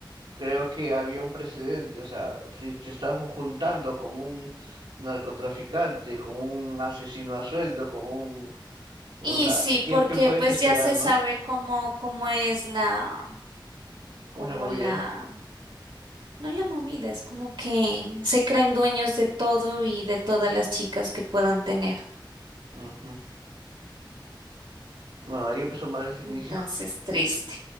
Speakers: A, on the right (about 65°); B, on the right (about 80°).
A: creo que había un precedente, o sea, si te estás juntando con un narcotraficante, con un asesino a sueldo, con un, o
B: Y
A: sea,
B: sí,
A: ¿qué,
B: porque
A: qué puedes
B: pues
A: esperar,
B: ya se sabe
A: no?
B: cómo, cómo es la,
A: ¿Cómo
B: como
A: es la movida?
B: la, no la movida, es como que se creen dueños de todo y de todas las chicas que puedan tener.
A: Ujú. Bueno, ahí empezó mal este inicio.
B: Entonces,
A: <laughs>
B: triste.